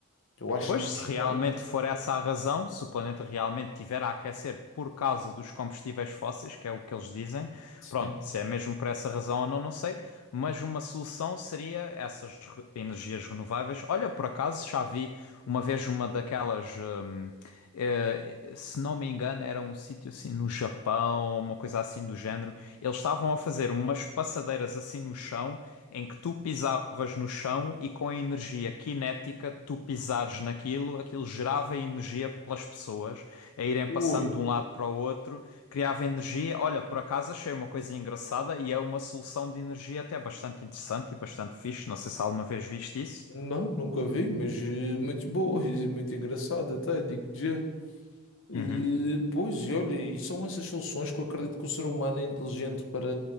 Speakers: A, on the left; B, on the left.
A: Eu acho
B: Pois,
A: que nós
B: se realmente
A: somos. esse
B: for
A: povo.
B: essa a razão, se o planeta realmente tiver a aquecer por causa dos combustíveis fósseis, que é o que eles dizem,
A: Sim.
B: pronto, se é mesmo por essa razão ou não, não sei, mas uma solução seria essas re- energias renováveis. Olha, por acaso já vi uma vez uma daquelas. hum, Eh, se não me engano, era um sítio assim no Japão, uma coisa assim do género. Eles estavam a fazer umas passadeiras assim no chão, em que tu pisavas no chão e com a energia cinética, tu pisares naquilo, aquilo gerava energia pelas pessoas a irem
A: Ui,
B: passando de um lado para o outro, criava energia. Olha, por acaso achei uma coisa engraçada e é uma solução de energia até bastante interessante e bastante fixe. Não sei se alguma vez viste isso.
A: não, nunca vi, mas eh, muito boa e muito engraçada, até digo já. Eh,
B: Uhum.
A: Pois, e olha, e são essas soluções que eu acredito que o ser humano é inteligente para,